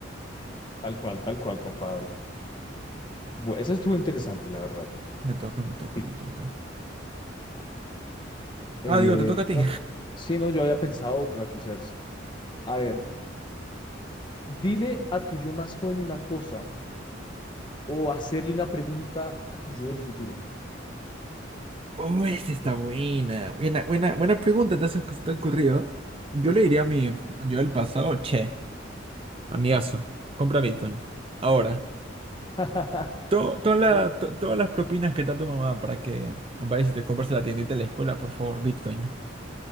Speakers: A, on the left; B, on the right.
A: Tal cual, tal cual, compadre. Bueno, eso estuvo interesante, la verdad.
B: Me toca, me toca,
A: Sí.
B: me toca.
A: Eh,
B: Ah, digo, te toca a ti.
A: bueno, sí, no, yo había pensado otra, quizás. A ver. Dile a tu yo más joven una cosa o hacerle una pregunta a tu yo del futuro.
B: Oh, esa está buena. Buena, buena, buena pregunta, te has, se te ha ocurrido. Yo le diría a mi yo del pasado, che, amigazo, compra Bitcoin. Ahora,
A: <laughs>
B: to- toda
A: Ok.
B: la- to- todas las propinas que te da tu mamá para que vayas y te compres a la tiendita de la escuela, por favor, Bitcoin.